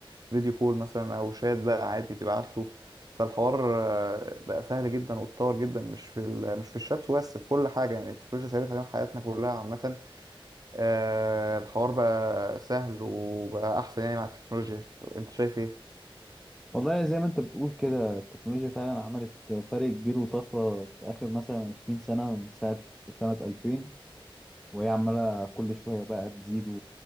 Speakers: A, on the right (about 40°); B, in the centre.
A: فيديو كول مثلا او شات بقى عادي تبعت له فالحوار آه، بقى سهل جدا واتطور جدا مش في ال- مش في الشات وبس في كل حاجه يعني التكنولوجيا سهلت علينا حياتنا كلها عامه آه، الحوار بقى سهل وبقى احسن يعني مع التكنولوجيا انت شايف ايه؟
B: والله زي ما انت بتقول كده التكنولوجيا فعلا عملت فرق كبير وطفره في اخر مثلا 20 سنه من ساعه سنه 2000 وهي عماله كل شويه بقى تزيد و...